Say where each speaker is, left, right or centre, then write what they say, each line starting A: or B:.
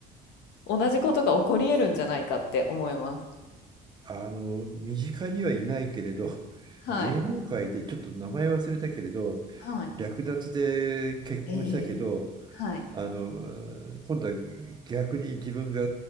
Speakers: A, on the left; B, on the right.
A: 同じことが起こり得るんじゃないかって思います。
B: あの、身近にはいないけれど、
A: はい。
B: 芸能界でちょっと名前忘れたけれど、
A: はい。
B: 略奪で結婚したけど、
A: ええはい。
B: あの、うん今度は逆に自分が